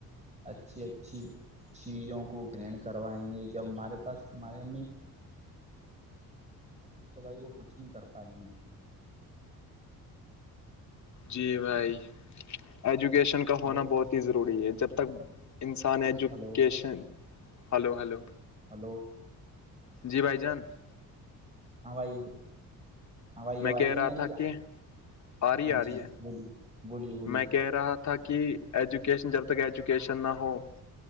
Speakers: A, on the right (about 20°); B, on the left (about 50°).
A: اچھی اچھی چیزوں کو گرہن کروائیں گے جب ہمارے پاس ہمارے امی کیکہ تو بھائی وہ کچھ نہیں کر پائی ہیں
B: جی بھائی ایجوکیشن کا ہونا
A: ہلو
B: بہت ہی ضروری ہے جب تک انسان education
A: hello
B: hello hello
A: hello <unintelligible>
B: جی بھ جان <unintelligible>
A: ہاں بھائی ہوائی
B: میں
A: آواز
B: کہہ
A: نہیں
B: رہا
A: آ رہی
B: تھا
A: کیا
B: کہ آ رہی
A: ہاں
B: آ
A: جی
B: رہی ہے
A: بولیے بولیے بولیے
B: میں کہہ رہا تھا کہ ایجوکیشن جب تک ایجوکیشن نہ ہو ت